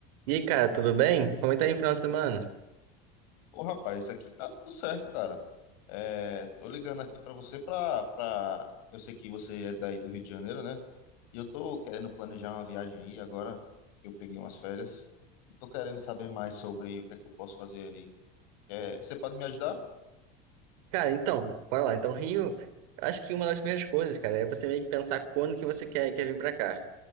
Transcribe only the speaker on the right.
E aí, cara, tudo bem? Como é que tá aí o final de semana?
Cara, então, bora lá. Então, Rio, eu acho que uma das primeiras coisas, cara, é você meio que pensar quando que você quer, quer vir pra cá.